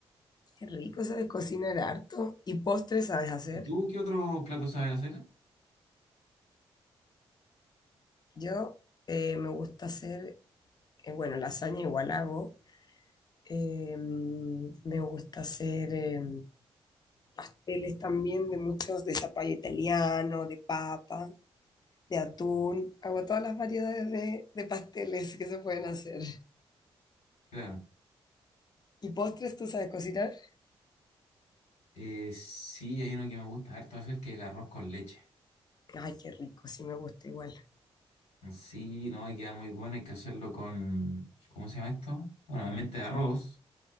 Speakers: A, on the left; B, on the left.
A: qué rico, sabes cocinar harto. ¿Y postres sabes hacer?
B: ¿Y tú qué otros platos sabes hacer?
A: Yo eh, me gusta hacer, eh, bueno, lasaña igual hago, Eh, me gusta hacer eh, pasteles también de muchos, de zapallo italiano, de papa, de atún. Hago todas las variedades de, de pasteles que se pueden hacer.
B: Claro,
A: ¿Y postres tú sabes cocinar?
B: eh, sí, hay uno que me gusta harto hacer que es el arroz con leche.
A: Ay, qué rico, sí me gusta igual.
B: Sí, no, y queda muy bueno, hay que hacerlo con, ¿cómo se llama esto? Bueno, obviamente arroz.